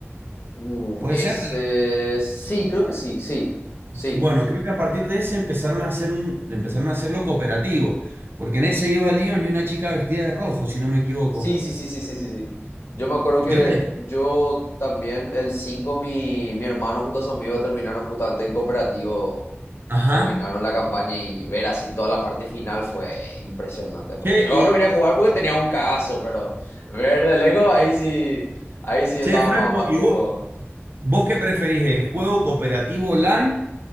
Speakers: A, on the left (about 60°); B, on the right (about 50°).
A: Uf,
B: ¿Puede
A: ese...
B: ser?
A: Sí, creo que sí, sí, sí.
B: Bueno, creo que a partir de ese empezaron a hacer un, empezaron a hacerlo cooperativo, porque en ese iba Leon y una chica vestida de rojo, si no me equivoco.
A: Sí, sí, sí, sí, sí, sí, sí. Yo me acuerdo
B: Creo
A: que
B: que,
A: yo también, el 5 mi, mi hermano junto a su amigo terminaron justamente en cooperativo
B: ajá.
A: terminaron la campaña y ver así toda la parte final fue impresionante. Fue.
B: Che,
A: Yo
B: y,
A: no quería jugar porque tenía un cagazo, pero ver de lejos ahí sí, ahí sí
B: che,
A: estaba
B: Franco,
A: más, más
B: ¿y
A: cómodo.
B: vos, vos qué preferís, el juego cooperativo LAN